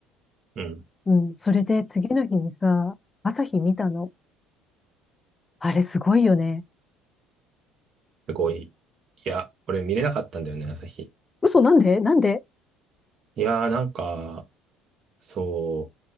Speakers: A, on the right; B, on the left.
A: うん。
B: うん。それで次の日にさ、朝日見たの。あれすごいよね。
A: すごい。いや、俺見れなかったんだよね、朝日。
B: 嘘、なんでなんで
A: いやー、なんか、そ